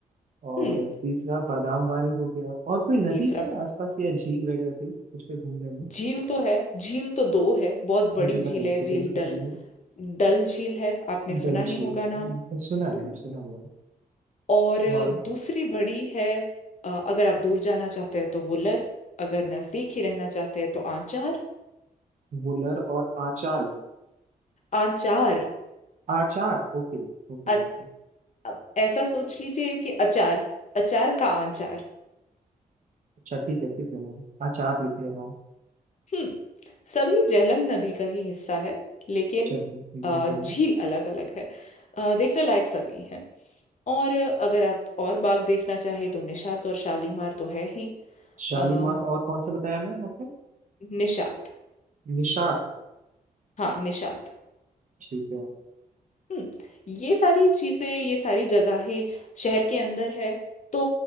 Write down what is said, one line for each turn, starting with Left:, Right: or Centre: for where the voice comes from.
Right: और
Left: हम्म
Right: तीसरा बादाम वारी हो गया और कोई नदी
Left: तीसरा
Right: है
Left: बता-
Right: आसपास या झील वगैरह कोई उस पर घूमने में
Left: झील तो है झील तो दो है बहुत बड़ी
Right: जी
Left: झील
Right: बताइए
Left: है
Right: बताइए
Left: झील डल
Right: बताइए
Left: डल झील है आपने सुना
Right: डल
Left: ही
Right: झील
Left: होगा
Right: हम्म,
Left: नाम
Right: सुना
Left: हम्म,
Right: है सुना हुआ है
Left: और
Right: और
Left: दूसरी बड़ी है अ, अगर आप दूर जाना चाहते हैं तो वुलर अगर नजदीक ही रहना चाहते हैं तो आंचार
Right: वुलर और आचार
Left: आंचार
Right: आचार ओके ओके
Left: अ-
Right: ओके
Left: अब ऐसा सोच लीजिए कि अचार अचार का आंचार
Right: अच्छा ठीक है ठीक है मैम आचार लिख ले रहा हूँ
Left: हम्म सभी झेलम नदी का ही हिस्सा है लेकिन
Right: चलिए बहुत
Left: अ,
Right: बढ़िया
Left: झील अलग अलग है अ, देखने लायक सभी हैं और अगर आप और बाग देखना चाहे तो निशात और शालीमार तो है ही
Right: शालीमार
Left: अम,
Right: और कौन सा बताया मैम आपने
Left: निशात
Right: निशात
Left: हाँ निशात
Right: ठीक है
Left: हम्म, ये सारी चीजें ये सारी जगहें शहर के अंदर है तो